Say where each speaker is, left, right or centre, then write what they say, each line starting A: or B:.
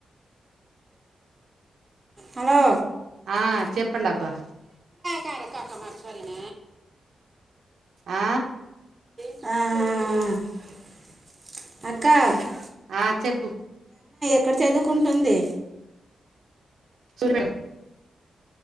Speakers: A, on the right; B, on the right.
A: హలో
B: ఆ చెప్పండి అబ్బా
A: కార కక మార్ చరిన
B: ఆ
A: ఆ
B: ఆ చెప్పు
A: ఇంక చదువుకుంటాంది
B: సుర